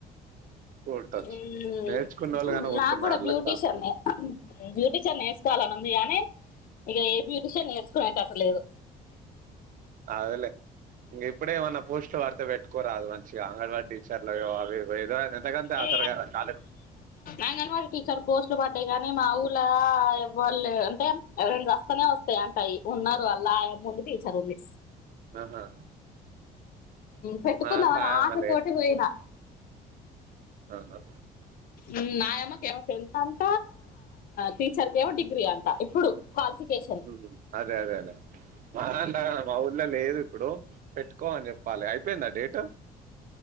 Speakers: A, on the right; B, on the left.
A: కుట్టొచ్చు
B: ఉమ్
A: నేర్చుకున్నోళ్ళు గాని కుడుతున్నారు
B: నా కూడా బ్యూటీషియన్ని
A: లెక్క
B: బ్యూటీషియన్ వేసుకోవాలని ఉంది గానే ఇగ ఏ బ్యూటిషియన్ నేర్సుకునేటట్టులేదు
A: అదెలె ఇంగ ఇప్పుడే ఏమన్నా పోస్ట్ వడితే పెట్టుకోరాదు మంచిగా ఆంగడవాడి టీచర్లు అవి ఏదో ఎంతకంతే ఆసరా
B: ఏ
A: కదా కాలేదు
B: అంగన్వాడి టీచర్ పోస్ట్లు పడ్డే కానీ మా ఊలా వాళ్ళు అంటే ఎవరైనా రాస్తేనే వస్తాయి అంటయి ఉన్నారు అల్లా ముందు టీచర్ ఉంది
A: ఆహా
B: పెట్టుకుందామని
A: మా దాంట్ల ఆయమ్మ
B: ఆశతోటి పోయినా
A: అవున
B: ఉ నాయమ్మకేమో తెలుసంట టీచర్ కేమో డిగ్రీ అంట ఇప్పుడు క్వాలిఫికేషన్
A: ఉ అదే అదే అదే మా నాన్న మా ఊళ్లో లేదు ఇప్పుడు పెట్టుకో అని చెప్పాలి అయిపోయిందా డేట్